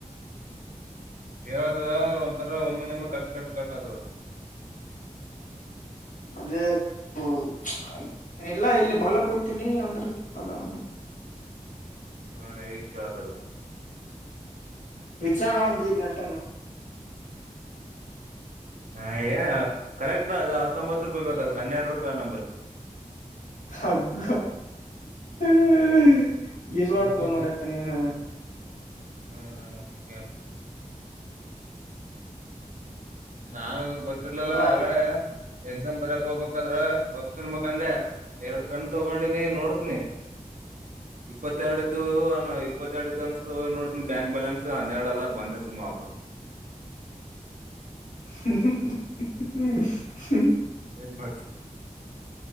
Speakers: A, on the right (about 75°); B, on the left (about 70°).
A: ಹೇಳ್ತದ ಒಂಥರ ಒಮ್ಮೆ ಒಮ್ಮೆ ಕಟ್ ಕಟ್ ಕಟ್ ಅ
B: ಅದೇ ಹ ಎಲ್ಲಾ ಇಲ್ಲಿ ಬಗ್ಲಕ್ ಕುಂತೀನಿ ಅಂದ್ರ ಪ್ರಧಾನ
A: ಹಾ ಈ ಕತದೆ
B: ವಿಚ ಮಾಡಳ ಜಪ ನೆಟ
A: ಹ ಕರೆಕ್ಟ್ ಅದು ಹತ್ತೊಂಬತ್ತು ರೂಪಾಯಿ ಬೇಕದಕ್ಕೆ ಹನ್ನೆರಡು ರೂಪಾಯಿ ನಂಬರ್
B: ಾಗ್ಮ <inaudible> ಎಸ್ಲವಾಡತು
A: ಅದನ್ನ ಇಲ್ಲ
B: ಮರಏನ
A: ಹ್ಮ್ ಹ್ಮ್ ಮುಂದಕ್ಕೆ ಹೇಳು ನಾನ ಗೊತ್ತಿರ್ಲಿಲ್ಲ
B: ಅಲ್ಲ
A: ಹಾಗಡೆೇ ಎಕ್ಸಾಮ್ ಬರಕ್ ಹೋಗ್ಬೇಕು ಬದ್ರ ಪಪ್ಸ್ ತಿನ್ಬೇಕಂದೆ ಎರಡ್ ಪೆನ್ ತಗೊಂಡಿನಿ ನೋಡ್ಸ್ನಿ ಇಪ್ಪತ್ಎರಡುಇದ್ವು ಇಪ್ಪತ್ತೆರಡು ಇದ ಅನಿಸ್ತು ನೋಡ ಬ್ಯಾಂಕ್ ಬ್ಯಾಲನ್ಸ್ ಹನ್ನರಡು ಅದ ಬಂದೆ ಸುಮ್ನೆ ವಾಪಸ್ <inaudible>
B: ಹ್ಮ್ಮ್ಮ
A: ಏನ್ ಬಸ್